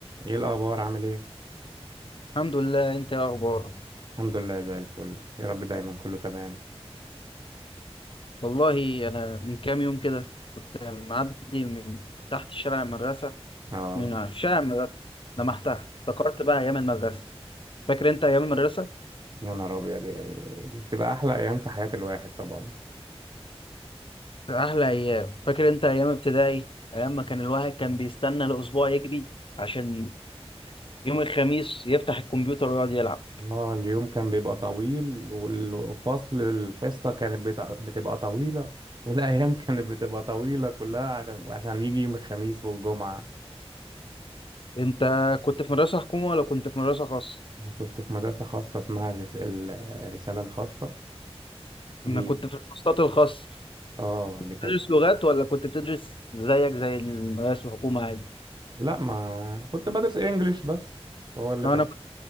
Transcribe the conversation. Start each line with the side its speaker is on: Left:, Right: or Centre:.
Right: ايه الاخبار عامل ايه
Left: الحمد لله انت ايه اخبارك
Right: الحمد لله زي الفل يا رب دايما كله تمام
Left: والله انا من كام يوم كده كنت معدي من تحت شارع المدرسه
Right: اه
Left: من في شارع المدرسه لمحت افتكرت بقى ايام المدرسه فاكر انت ايام المدرسه
Right: يا نهار ابيض يعني دي بتبقى احلى ايام في حياة الواحد طبعا
Left: احلى ايام فاكر انت ايام ابتدائي ايام ما كان الواحد كان بيستنى الاسبوع يجري عشان يوم الخميس يفتح الكمبيوتر ويقعد يلعب
Right: اه اليوم كان بيبقى طويل والفصل الحصة كانت بتع- بتبقى طويلة والايام <laughs> كانت بتبقى طويلة كلها عشان عشان يجي يوم الخميس والجمعة
Left: انت كنت في مدرسه حكومه ولا كنت في مدرسه خاصه
Right: انا كنت في مدرسة خاصة اسمها الرس- ال- الرسالة الخاصة
Left: انا
Right: دي
Left: كنت في الكورسات الخاصه
Right: اه دي
Left: بتدرس
Right: كانت
Left: لغات ولا كنت بتدرس زيك زي المدارس الحكومه عادي
Right: لا ما كنت بدرس انجليش بس هو اللي
Left: انا
Right: كان